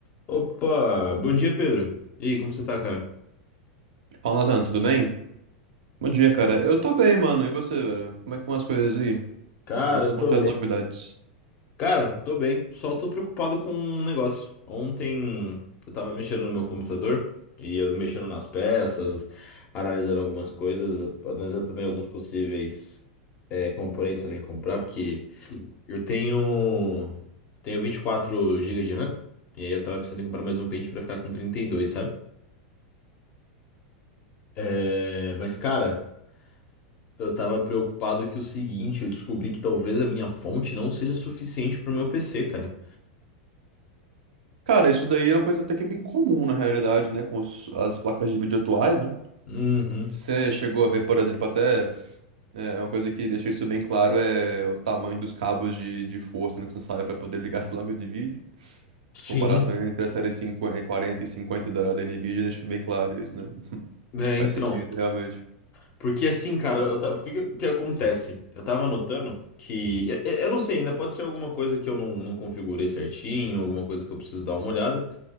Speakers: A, on the left; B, on the right.
A: Opa, bom dia, Pedro. E aí, como você tá, cara?
B: Fala, Natan, tudo bem? Bom dia, cara. Eu tô bem, mano. E você, velho? Como é que vão as coisas aí?
A: Cara,
B: Vão- Quanto
A: eu tô bem.
B: as novidades?
A: Cara, tô bem, só tô preocupado com um negócio. Ontem eu tava mexendo no meu computador e eu mexendo nas peças, analisando algumas coisas, analisando também alguns possíveis é, componentes pra mim comprar, porque eu tenho tenho 24 gigas de RAM e aí eu tava precisando comprar mais um pente pra ficar com 32, sabe? É, mas, cara. Eu tava preocupado que o seguinte, eu descobri que talvez a minha fonte não seja suficiente pro meu PC, cara.
B: Cara, isso daí é uma coisa até que bem comum na realidade, né? Com os- as placas de vídeo atuais, né?
A: Uhum.
B: Se Você chegou a ver, por exemplo, até é, uma coisa que deixa isso bem claro é o tamanho dos cabos de, de força necessária para poder <laughs> ligar as placas de vídeo.
A: Sim.
B: As comparações entre a série 50, 40 e 50 da, da Nvidia deixam bem claro isso, né?
A: É,
B: Faz
A: então.
B: sentido, realmente.
A: Porque assim, cara, eu tava, porque que, que acontece? Eu tava notando que. Eu, eu não sei, ainda pode ser alguma coisa que eu não, não configurei certinho, alguma coisa que eu preciso dar uma olhada.